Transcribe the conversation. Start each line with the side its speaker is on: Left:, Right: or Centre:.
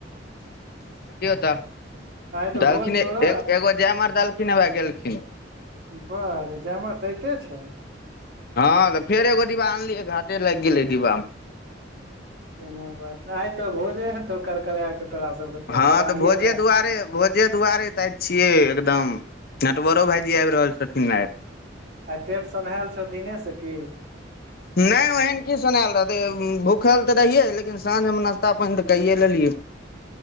Left: ताऽ
Right: आइ तऽ
Left: दालखिने
Right: भोज तोरो
Left: एग एगो जय मार देलखिन ह वए गेलखिन
Right: बड़ जेमर दैते छै।
Left: हँ त फेर एगो डिब्बा अनलिइ घाटे लागि गेलै डिब्बा में
Right: कोनो बात नइ आइ तऽ भोजे हेतौ करकरा कऽ तोरा सबके
Left: हँ
Right: जवारिये
Left: तऽ भोजे
Right: भए
Left: दुआरे भोजे दुआरे तऽ इ छियै एकदम नटवरो भाई जी आबि रहल छथिन। आइ
Right: आइ पेट सन्हायल छौ दिने सऽ की
Left: नहि ओहन की सुनायल रहते भूखल तऽ रहिये लेकिन साँझ में नाास्ता पानि तऽ कैये लेलियै